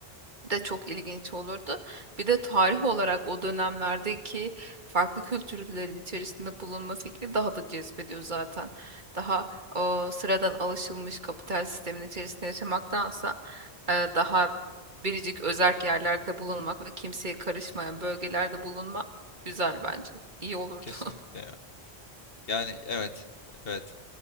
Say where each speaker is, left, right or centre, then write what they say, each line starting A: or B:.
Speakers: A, on the right (about 50°); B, on the left (about 65°).
A: de çok ilginç olurdu. Bir de tarih olarak o dönemlerdeki farklı kültürlerin içerisinde bulunma fikri daha da cezbediyor zaten. Daha o sıradan alışılmış kapital sistemin içerisinde yaşamaktansa e, daha biricik özerk yerlerde bulunmak ve kimseye karışmayan bölgelerde bulunmak güzel bence. İyi olurdu.
B: Kesinlikle ya. Yani evet. Evet.